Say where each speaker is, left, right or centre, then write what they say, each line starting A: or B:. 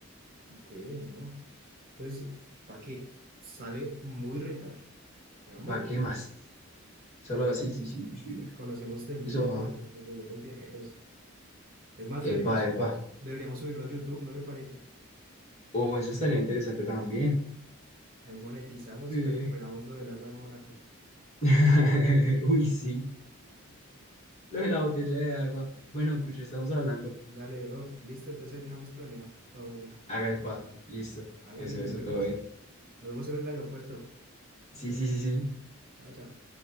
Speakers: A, on the right; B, on the left.
A: Ok, no. Entonces, ¿para qué? Sale muy rentable. Hagámoslo,
B: ¿Para qué más? Solo,
A: hagámoslo.
B: sí, sí, sí, sí.
A: Conocemos del
B: Eso
A: boom
B: va.
A: de nos volvemos viajeros. Es más, deberíamos,
B: Epa, epa.
A: deberíamos subirlo a YouTube, ¿no le parece?
B: Oh, eso estaría interesante también.
A: Ahí monetizamos,
B: Eh.
A: recuperamos lo del agua en Mónaco.
B: <laughs> Uy, sí. Lo de la botella de agua. Bueno, escucha, estamos hablando.
A: Dale, bro. Listo, entonces ahí dejamos planeado todo ya.
B: Hágale,
A: Quedó cuadrado.
B: pa. Listo.
A: Hágale,
B: Eso,
A: nos
B: eso,
A: vemos.
B: todo bien.
A: Nos vemos en el aeropuerto.
B: Sí, sí, sí, sí.
A: Chao, chao.